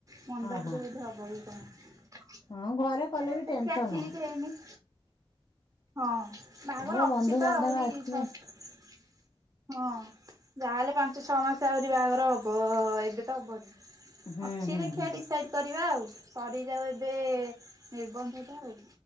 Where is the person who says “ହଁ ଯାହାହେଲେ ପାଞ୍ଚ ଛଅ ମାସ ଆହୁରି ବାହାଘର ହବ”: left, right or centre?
Right